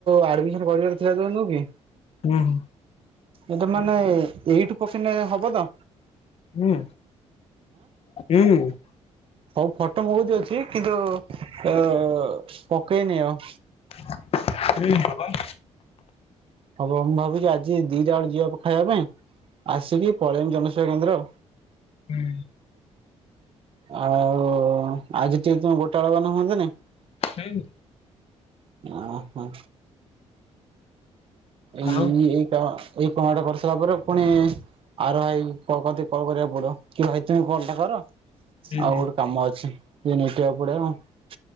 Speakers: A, on the right (about 50°); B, on the left (about 55°).
A: ଆଡ଼ମିଶନ କରିବାର ଥିଲା ଯୋଉ ନୁହୁ଼ଁକି
B: ହୁଁ ହୁଁ
A: ଏଟା ମାନେ ଏଇଠୁ କୋଶ୍ଚିନ ହବତ।
B: ହୁଁ ହୁଁ
A: ସବୁ ଫଟୋ ମୋ ପାଖରେ ଅଛି କିନ୍ତୁ ଆଉ ପକେଇନି ଆଉ।
B: <unintelligible> ହୁଁ ଭଲ।
A: ହବ ମୁଁ ଭାବୁଛି ଆଜି ଦିଟା ବେଳକୁ ଯିବା ଖାଇବା ପାଇଁ ଆସିକି ପଳେଇବି ଜନସେବା କେନ୍ଦ୍ର।
B: ହୁଁ
A: ଆଉ ଆଜି ଟିକେ ତମେ ଗୋଟା ବେଳେ ଗଲେ ହୁଅନ୍ତାନି।
B: ଖାଇବୁ।
A: ଓଂ ହୋ ଏଇ
B: ଆଉ
A: ଏକ ଏଇ କାମ ଟା କରିସାରିଲା ପରେ ପୁଣି ଆର ଭାଇ କ କତିକି କଲ୍ କରିବାକୁ ପଡବ କି ଭାଇ ତୁମେ କଲ୍ ଟା କର।
B: ହୁଁ
A: ଆଉ
B: ହୁଁ
A: ଗୋଟେ କାମ ଅଛି। ସେ ନିିଟଆ ପଡା <unintelligible>